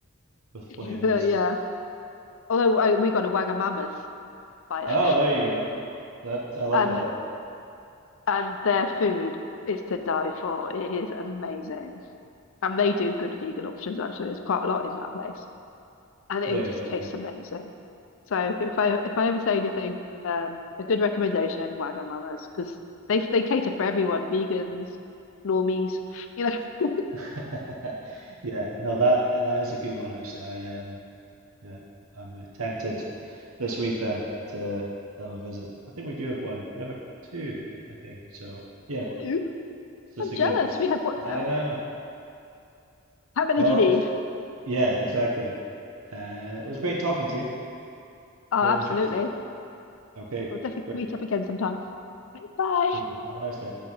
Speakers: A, on the right; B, on the left.
A: with flavors.
B: <laughs> Uh, yeah. Although I, we got a Wagamama's by
A: Oh,
B: us,
A: there you go. That I like
B: um,
A: that.
B: and their food is to die for. It is amazing, and they do good vegan options. Actually, there's quite a lot in that place. and it
A: There you
B: just
A: go.
B: tastes
A: yeah.
B: amazing. So if I if I ever say anything, um, a good recommendation, Wagamama's, because they they cater for everyone, vegans, normies. You're like,
A: <laughs> Yeah, no, that that is a good one actually. I um yeah, I'm uh, tempted this week then to have a visit. I think we do have one. We have a two, I think. So yeah,
B: "Ooh, <laughs>
A: it's just
B: I'm
A: a
B: jealous.
A: good.
B: We have what?
A: I
B: uh,
A: know.
B: How many
A: Well,
B: do you
A: it
B: need?
A: was, yeah, exactly. Uh, it was great talking to you.
B: Oh,
A: Really
B: absolutely.
A: interesting. Okay,
B: We'll definitely
A: great.
B: meet up again sometime. Like, Bye.
A: We will. Have a nice day.